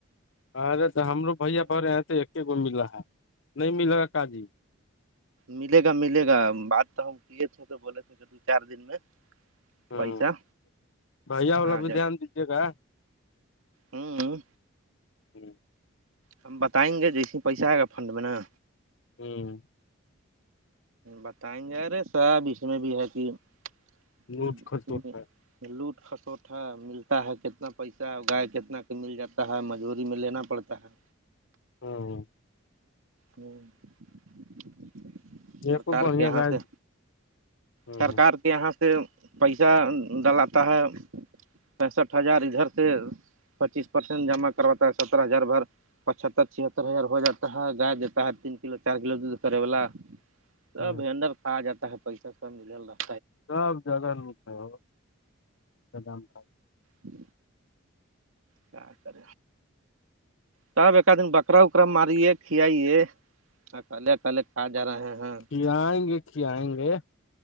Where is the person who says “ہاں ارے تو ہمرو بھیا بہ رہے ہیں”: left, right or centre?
Left